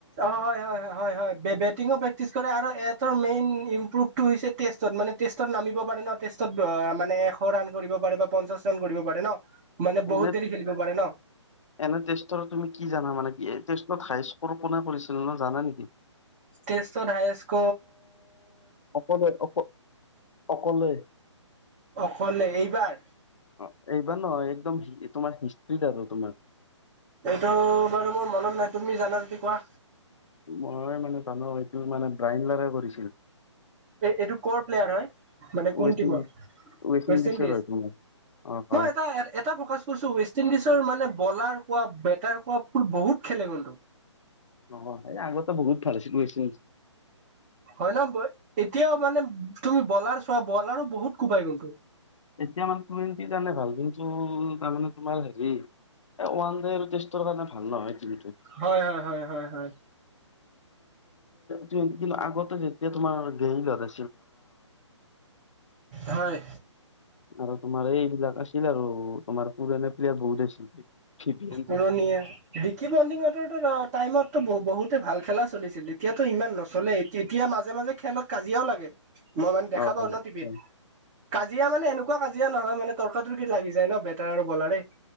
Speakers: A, on the right (about 25°); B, on the left (about 75°).
A: অ হয় হয় হয় হয় হয় বেটিঙৰ প্ৰকতিছ ছ আৰু এটৰ মেইন ইম্প্ৰুভটো হৈছে টেষ্টত মানে টেষ্টত নামিব পাৰে ন টেষ্টত মানে এশ ৰাণ কৰিব পাৰে বা পঞ্চাশ ৰাণ কৰিব পাৰে ন মানে বহুত
B: এনে
A: দেৰি খেলিব পাৰে ন
B: এনে টেষ্টৰ তুমি কি জানা মানে কি ষ্টত হাইষ্ট কল কোনে কৰিছিলে ন জানে নেকি
A: তেজ ধাই স্ক
B: অকলে অক অকলে
A: অকলে এইবাৰ
B: অ এইবাৰ নহ একদম তোমাৰ হিষ্টষ্ট্ৰি দ আৰু তোমাৰ
A: এইটো বাৰু মোৰ মনত নাই তুমি জানা যদি কোৱা
B: মই মানে জানো এইটো মানে ব্ৰাইমলাৰ কৰিছিল
A: এইটো কৰ প্লেয়াৰ হয় মানে কোন
B: ৱেষ্ট
A: টিমৰ
B: ইণ্ডিজ
A: ৱেষ্ট
B: ইণ্ডিজৰ
A: ইণ্ডিজ
B: হয় তোমাৰ অ' হয়।
A: মই এটা এটা ফকাচ কৰিছো ৱেষ্ট ৱেষ্ট ইণ্ডিজৰ মানে বলাৰ কোৱা বেটাৰ কোৱাোৰ বহুত খেলে কিন্তধু
B: অহ এই আগততে বহত ভালছিলছিল
A: হয় নহ এতিয়াও মানে তুমি বলাৰ চোৱা বলাৰো বহুত কোবাই কন্তটো
B: এতিয়া মানে টুৱেন্টিৰ কাৰণে ভাল কিন্তু তাৰমানে তোমাৰ হেৰি ওৱান েৰ কাৰণে ভাল নহয়
A: হয় হয় হয়
B: যেম কিন্তু আগতে যেতিয়া তোমাৰ গেৰি হতে
A: হয়
B: আৰু তোমাৰ এইবিলাক আছিল আৰু তোমাৰ পুৰণা প্লেয়াৰ বহুত আছিল ভিভিয়েন
A: পুৰণীয়া বিকি পডিঙতৰো টাইমতো বহুত ভাল খেলা চলিছিল এতিয়াতো ইমান নচলে এতিয়া মাজে মাজে খেলত কাজিয়াও লাগে মই
B: অ'।
A: মানে দেখা পাওঁ ন টিভিত। কাজিয়া মানে এনেকুৱা কোৱা কাজিয়া নহয় মানে তৰ্কা তৰ্কিত লাগি যায় ন বেটাৰ আৰু বলাৰে।